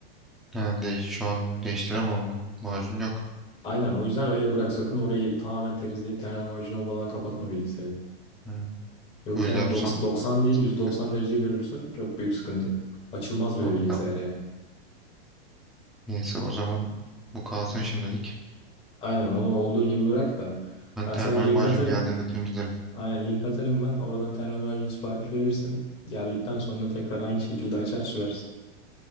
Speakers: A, in the centre; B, on the left (about 20°).
A: Ha, de, şu an değiştiremem ama macun yok.
B: Aynen o yüzden öyle bırak sakın orayı tamamen temizleyip termal macun olmadan kapatma bilgisayarı.
A: Ha,
B: Yoksa
A: böyle
B: yani
A: yapsam
B: doks- 90 değil
A: sıkıntı.
B: yüz doksan derece görürsün çok büyük sıkıntı. Açılmaz bile
A: Tamam,
B: bilgisayar
A: tamam.
B: yani.
A: Neyse o zaman bu kalsın şimdilik.
B: Aynen onu olduğu gibi bırak da
A: Ben
B: ben
A: termal
B: sana link
A: macun
B: atarım.
A: geldiğinde temizlerim.
B: Aynen link atarım ben. Oradan termometre sipariş verirsin. Geldikten sonra tekrar aynı şekilde açar sürersin.